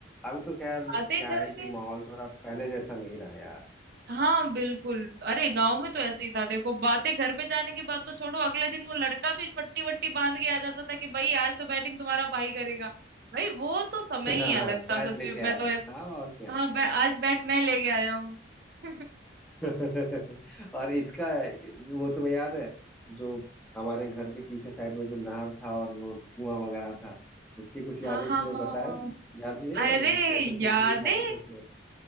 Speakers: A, in the centre; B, on the right (about 50°).
A: अभी तो खैर
B: बातें
A: क्या
B: घर
A: है कि
B: पे
A: माहौल थोड़ा पहले जैसा नहीं रहा यार
B: हाँ बिल्कुल अरे
A: अभी
B: गांव में
A: नहीं
B: तो ऐसे ही था देखो बातें घर पे जाने की बात तो छोड़ो अगले दिन वो लड़का भी पट्टी वट्टी बांध के आ जाता था कि भाई आज तो बैटिंग तुम्हारा भाई करेगा भाई वो तो समय
A: रहा
B: ही अलग
A: <laughs> बैट
B: था सच
A: लेके
B: में
A: आया
B: मैं तो
A: है
B: ऐसे
A: हाँ और क्या
B: हाँ बै, आज बैट मैं लेके आया हूँ <laughs>
A: <laughs> और इसका वो तुम्हें याद है जो हमारे घर के पीछे साइड में जो नहर था और वो कुआं वगैरह था उसकी कुछ यादें
B: हाँ हाँ
A: तुम्हें
B: हाँ
A: बताया याद भी है
B: अरे
A: कैसे तुम
B: यादें
A: कूद जाते थे उसमें